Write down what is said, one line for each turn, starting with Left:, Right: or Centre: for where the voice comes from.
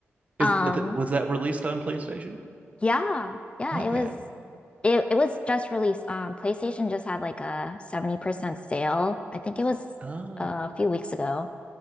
Right: Is
Left: Um,
Right: th was that released on PlayStation?
Left: yeah, yeah,
Right: Okay.
Left: it was it it was just released. Um, PlayStation just had like a 70% sale. I think it was
Right: Oh.
Left: uh, a few weeks ago,